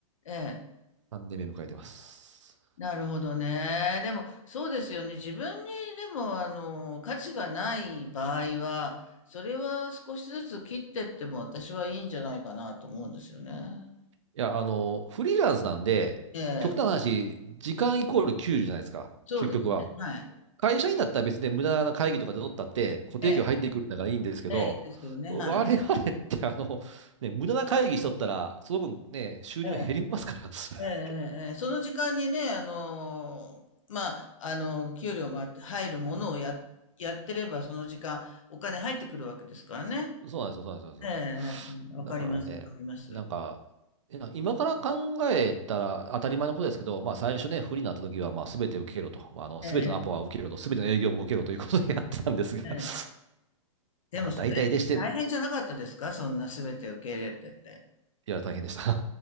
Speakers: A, on the left; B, on the right.
A: ええ。
B: 3年目迎えてます。
A: なるほどね。でも、そうですよね。自分に、でも、あの、価値がない場合は、それは少しずつ切ってっても私はいいんじゃないかなと思うんですよね。
B: いや、あの、フリーランスなんで、
A: ええ、
B: 極端な話、時間イコール給料じゅうじゃないですか、
A: そうですね。
B: 究極は。
A: はい。
B: 会社員だったら別に無駄な会議とかで取ったって固定給入ってくるんだからいいんですけど、
A: ええ、ええ、いいですけどね。
B: 我々ってあの、
A: はい。
B: ね、無駄な会議しとったら、その分ね、収入減りますから。
A: ええ、
B: <laughs>
A: ええ、ええ、その時間にね、あの、まあ、あの、給料が入るものをや、やってれば、その時間、お金入ってくるわけですからね。
B: そうなんですよ、そうなんですよ、そうなんですよ。
A: ええ、ええわかります、
B: だからね、
A: わかります。
B: なんか、いや今から考えたら当たり前のことですけど、まあ最初ね、不利になった時は、まあ全て受けろと、まあ、あの全てのアポは受けろと、
A: ええ、
B: 全ての営業も受けろということでやってたんですが、
A: ええ。
B: <laughs>
A: でもそれ、
B: まあ大体でして、
A: 大変じゃなかったですかそんな全て受け入れてて。
B: いや、大変でした。